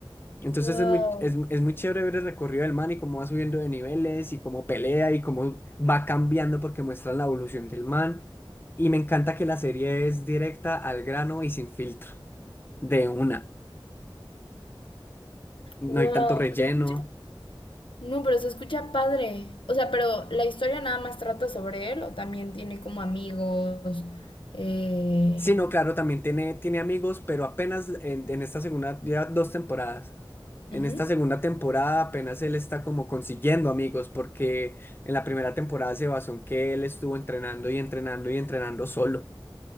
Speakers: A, on the left (about 25°); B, on the left (about 75°).
A: Entonces
B: Wow.
A: es muy, es, es muy chévere ver el recorrido del man y cómo va subiendo de niveles y cómo pelea y cómo va cambiando porque muestra la evolución del man. Y me encanta que la serie es directa al grano y sin filtro, de una. No
B: Wow.
A: hay tanto relleno.
B: ¿Se escucha? No, pero se escucha padre. O sea, pero la historia nada más trata sobre él o también tiene como amigos. Eh...
A: Sí, no, claro, también tiene, tiene amigos, pero apenas en, en esta segunda, ya dos temporadas. En
B: ujú.
A: esta segunda temporada apenas él está como consiguiendo amigos porque en la primera temporada se basó en que él estuvo entrenando y entrenando y entrenando solo.